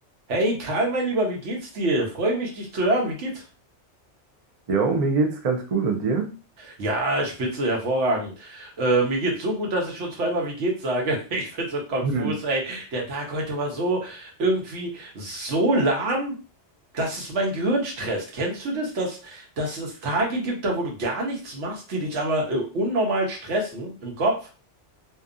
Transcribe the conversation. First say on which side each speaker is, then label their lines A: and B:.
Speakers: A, on the right; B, on the right.
A: Hey Karl, mein Lieber, wie geht's dir? Freue mich, dich zu hören. Wie geht's?
B: Jo, mir geht's ganz gut und dir?
A: Ja, spitze, hervorragend. Äh, mir geht's so gut, dass ich schon zweimal wie geht's sage. <laughs> Ich bin so konfus,
B: Hm.
A: ey. Der Tag heute war so irgendwie so lahm, dass es mein Gehirn stresst. Kennst du das, dass, dass es Tage gibt, da wo du gar nichts machst, die dich aber äh, unnormal stressen im Kopf?